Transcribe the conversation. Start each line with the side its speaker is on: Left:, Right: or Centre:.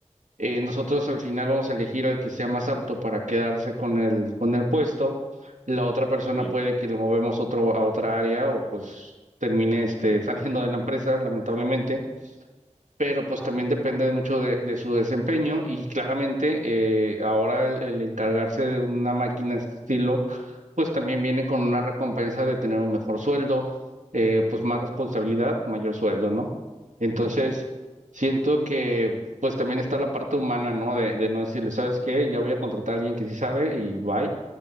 Right: eh, nosotros al final vamos a elegir al que sea más apto para quedarse con el, con el puesto, la otra persona
Centre: sí,
Right: puede que lo movemos otro, a otra área o pues termine este, <laughs> saliendo de la empresa, lamentablemente pero
Centre: ajá,
Right: pues también depende mucho de, de su desempeño y claramente eh, ahora el, el encargarse de una máquina de este estilo, pues también viene con una recompensa de tener un mejor sueldo, eh, pues más responsabilidad,
Centre: ajá,
Right: mayor sueldo, ¿no? Entonces, siento que pues también está la parte humana, ¿no? De, de no decirle, ¿sabes qué? Ya voy a contratar a alguien que sí sabe y bye,